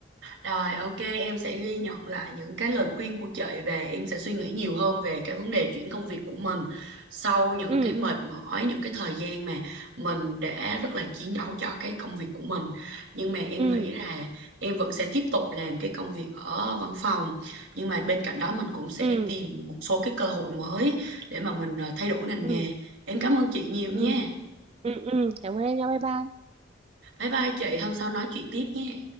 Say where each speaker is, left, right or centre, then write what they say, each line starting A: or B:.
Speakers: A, on the right; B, on the right.
A: Rồi, ok, em sẽ ghi nhận lại những cái lời khuyên của chị và em sẽ suy nghĩ nhiều hơn về cái vấn đề chuyển công việc của mình sau những
B: ừ
A: cái mệt mỏi, những cái thời gian mà mình đã rất là chiến đấu cho cái công việc của mình. Nhưng mà em
B: ừ
A: nghĩ là em vẫn sẽ tiếp tục làm cái công việc ở văn phòng. Nhưng mà bên cạnh đó mình cũng sẽ
B: <clears throat> ừ ừ
A: tìm một số cái cơ hội mới để mà mình ờ, thay đổi ngành
B: ừ
A: nghề. Em cảm ơn chị nhiều nha.
B: ừ ừ ừ cảm ơn em nha bye bye
A: Bye bye chị, hôm sau nói chuyện tiếp nhé.